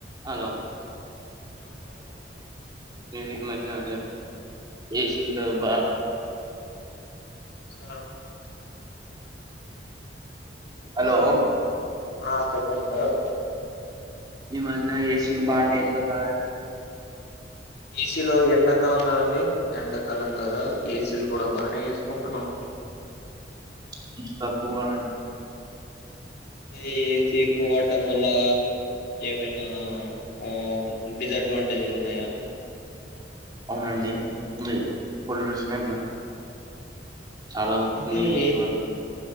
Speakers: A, on the right; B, on the left.
A: హలో
B: ఆ హలో
A: నువ్విమై జాజా ఏసింద్రా బాన్
B: సారు
A: హలో
B: ఆ చెప్పండి సార్
A: ఈ మధ్య ఏసి బానే ఇస్తుందాయే
B: ఏసీలో ఎండాకాలం కదండి ఎండాకాలం కదా ఏసీలు కూడా బానే ఏస్కుంటున్నాం
A: కొంచం తక్కు వాడండి
B: ఏ ఏసీ ఎక్కు వాడ్డం వల్ల ఏవైనా ఆ డిసడ్వాంటేజ్లు ఉన్నయా
A: అవునండి మీ పొల్యూషన్ ఎన్న చాలా వస్తుంది
B: అంటే
A: ఏసీ
B: ఏ
A: వళ్ళ